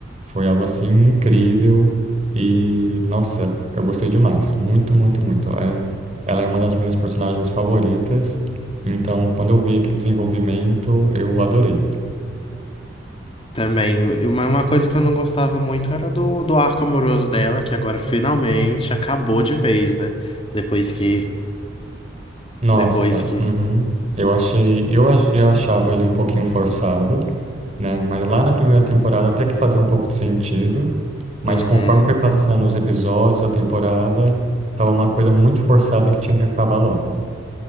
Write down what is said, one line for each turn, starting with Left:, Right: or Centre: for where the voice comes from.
Right: Foi algo assim incrível e, nossa, eu gostei demais. Muito, muito, muito. É- ela é uma das minhas personagens favoritas, então quando eu vi aquele desenvolvimento, eu adorei.
Left: Também, uma, uma coisa que eu não gostava muito era do, do arco amoroso dela, que agora finalmente acabou de vez, né? Depois que.
Right: Nossa,
Left: Depois que.
Right: uhum. Eu achei, eu achei, achava ele um pouquinho forçado, né? Mas lá na primeira temporada até que fazia um pouco de sentido, mas
Left: Uhum,
Right: conforme foi passando os episódios, a temporada, tava uma coisa muito forçada que tinha que acabar logo.